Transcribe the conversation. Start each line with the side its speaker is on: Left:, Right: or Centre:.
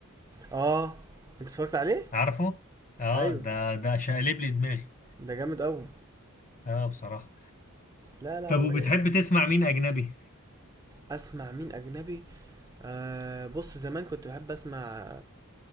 Right: اه انت اتفرجت عليه
Left: عارفه؟ اه
Right: ايوه
Left: ده ده شقلب لي دماغي
Right: ده جامد قوي
Left: اه بصراحة
Right: لا لا
Left: طب
Right: ب-
Left: وبتحب تسمع مين أجنبي؟
Right: اسمع مين اجنبي آه بص زمان كنت بحب اسمع